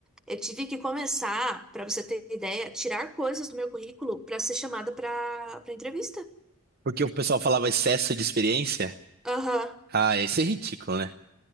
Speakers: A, in the centre; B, on the right.
A: Eu tive que começar, para você ter ideia, tirar coisas do meu currículo para ser chamada para para entrevista.
B: Porque o pessoal falava excesso de experiência.
A: Aham.
B: Ah, isso é ridículo, né?